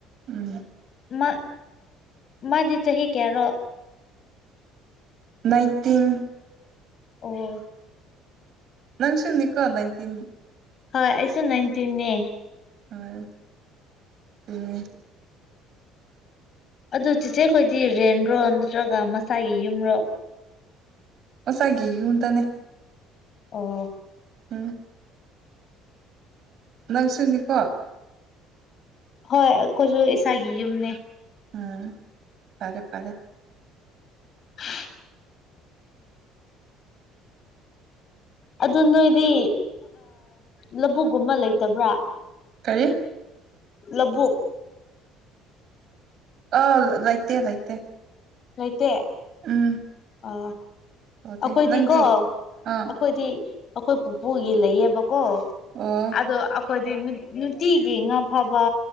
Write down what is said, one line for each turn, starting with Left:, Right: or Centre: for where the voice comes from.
Right: ꯎꯝ
Left: ꯃꯥ ꯃꯥꯗꯤ ꯆꯍꯤ ꯀꯌꯥꯔꯣ
Right: ꯅꯥꯏꯟꯇꯤꯟ
Left: ꯑꯣ
Right: ꯅꯪ ꯁꯨꯅꯤꯀꯣ ꯅꯥꯏꯟꯇꯤꯟ
Left: ꯍꯣꯏ ꯑꯩꯁꯨ ꯅꯥꯏꯟꯇꯤꯟꯅꯦ
Right: ꯍꫭꯏ ꯎꯝ
Left: ꯑꯗꯨ ꯆꯦꯆꯦꯈꯣꯏꯗꯤ ꯔꯦꯟꯔꯣ ꯅꯠꯇ꯭ꯔꯒ ꯃꯁꯥꯒꯤ ꯌꯨꯝꯔꯣ
Right: ꯑꯣꯁꯥꯏꯒꯤ ꯌꯨꯝꯗꯅꯦ
Left: ꯑꯣ
Right: ꯎꯝ ꯅꯪꯁꯨꯅꯤꯀꯣ
Left: ꯍꯣꯏ ꯑꯩꯈꯣꯏꯁꯨ ꯏꯁꯥꯒꯤ ꯌꯨꯝꯅꯦ
Right: ꯑꯥ ꯐꯔꯦ ꯐꯔꯦ
Left: <unintelligible> ꯑꯗꯨ ꯅꯣꯏꯗꯤ ꯂꯧꯕꯨꯛꯀꯨꯝꯕ ꯂꯩꯇꯕ꯭ꯔꯥ
Right: ꯀꯔꯤ
Left: ꯂꯧꯕꯨꯛ
Right: ꯑ ꯂꯩꯥꯇꯦ ꯂꯩꯇꯦ
Left: ꯂꯩꯇ‌ꯦ
Right: ꯎꯝ
Left: ꯑꯥ
Right: ꯇꯧꯗꯦ
Left: ꯑꯩꯈꯣꯏꯗꯤ
Right: ꯅꯪꯗꯤ
Left: ꯀꯣ ꯑꯩꯈꯣꯏꯗꯤ
Right: ꯑꯥ
Left: ꯑꯩꯈꯣꯏ ꯄꯨꯄꯨꯒꯤ ꯂꯩꯌꯦꯕꯀꯣ
Right: ꯎꯝ
Left: ꯑꯗꯣ ꯑꯩꯈꯣꯏꯗꯤ ꯅꯨꯡꯇꯤꯒꯤ ꯉꯥꯐꯕ